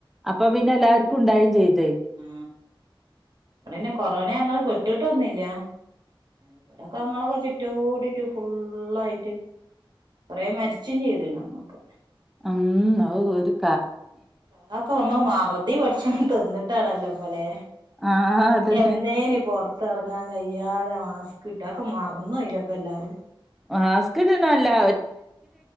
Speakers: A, in the centre; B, on the right (about 50°).
A: അപ് അപ്പ പിന്നെ എല്ലാര്ക്കും ഉണ്ടായി ചെയ്യും.
B: ആ അതെന്നെ കൊറോണെ ഞങ്ങള് പെട്ട് ട്ടൊന്നില്ല. അവിടൊക്കെ ഞങ്ങളൊക്കെ ചു റ്റോടിട്ട് ഫുള്ളായിട്ട് കൊറെ മരിച്ചും ചെയ്ത്ണന്നൊക്ക്
A: അം അവ് <unintelligible>
B: അതൊക്കെ നമ്മ മറതി പഠിച്ച തിന്നിട്ടാണല്ലോ ഇപ്പൊ ലേ
A: ആഹ് അതന്നെ
B: എന്നേനി പൊറ ത്തിറങ്ങാൻ കഴിയാതെ മാസ്ക് കിട്ടക്കെ അതൊക്കെ മറന്ന് പോയില്ലേ ഇപ്പ എല്ലാരും
A: മാസ്കിടണതല്ലാ